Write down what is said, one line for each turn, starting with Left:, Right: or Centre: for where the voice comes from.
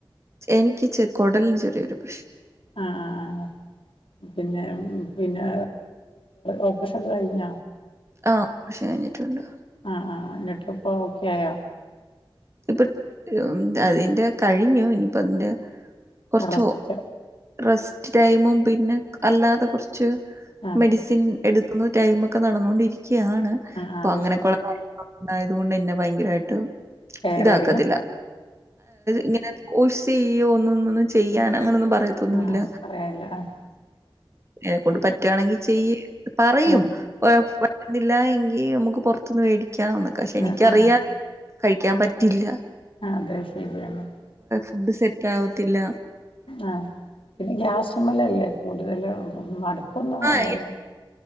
Right: എനിക്ക് ച കൊടലിന് ചെറിയൊരു പ്രശ്നം
Left: ആഹ പിന്നെ പിന്നെ ഓപ്പറേഷൻ ഒക്കെ കഴിഞ്ഞ
Right: ആഹ കഷി കഴിഞ്ഞിട്ടുണ്ട്
Left: ആഹ ആ എന്നിട്ട്പ്പ ഓക്കെ ആായോ
Right: ഇപ്പൊ അതിന്റെ കഴിഞ്ഞു ഇനിപ്പ അതിന്റെ കുറച്ച്
Left: അറസ്റ്റ്
Right: റെസ്റ്റ് ടൈമും പിന്നെ അല്ലാതെ കുറച്ച്
Left: ആ ആ
Right: മെഡിസിൻ എടുത്തുന്ന ടൈം ഒക്കെ നടന്നൊണ്ടിരിക്കുകയാണ്
Left: ആ,
Right: അപ്പൊ
Left: അത്
Right: അങ്ങനെയൊക്കെയ
Left: ശരി
Right: ഉള്ള ഇണ്ടായത്കൊണ്ട്ന്നെ ഭയങ്കരമായിട്ട്
Left: കെയർ
Right: ഇതാക്കത്തില്ല
Left: ചെയ്യും
Right: ഇങ്ങനെ ചെയ്യോ ഒന്നന്ന ഒന്നും ചെയ്യാൻ അങ്ങനെന്ന പറയത്തൊന്നുമല്ല
Left: ആ പറയാനില്ല ആ,
Right: എന്നെക്കൊണ്ട്
Left: ആ
Right: പറ്റുകവാണെങ്കിൽ ചെയ്യ പറയും
Left: ആഹ്
Right: വരുന്നില്ല എങ്കിൽ നമുക്ക് പുറത്തുന്ന് മേടിക്ക കഴിക്കന്ന് പക്ഷെ എനിക്കറിയാ
Left: ആഹ് ആഹ് ആഹ്
Right: കഴിക്കാൻ പറ്റില്ല
Left: അതെ ശരിയാണ്
Right: ഫുഡ് സെറ്റാവത്തില്ല
Left: ആ പിന്നെ ഗ്യാസുമലല്ലേ കൂടുതല് മടുപ്പൊന്നും വേണ്ടല്ലോ
Right: ആഹ്